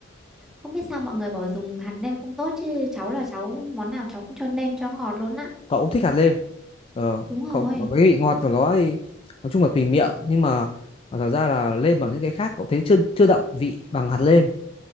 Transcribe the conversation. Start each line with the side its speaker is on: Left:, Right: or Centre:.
Centre: Không biết sao mọi người bảo dùng hạt nêm không tốt chứ cháu là cháu món nào cháu cũng cho nêm cho ngọt luôn á.
Left: Cậu cũng thích hạt lêm. Ờ,
Centre: Đúng rồi,
Left: cậu cậu cái vị ngọt của nó thì nói chung là tùy miệng nhưng mà, mà thật ra là lêm ở những cái khác cậu thấy chưa chưa đậm vị bằng hạt lêm.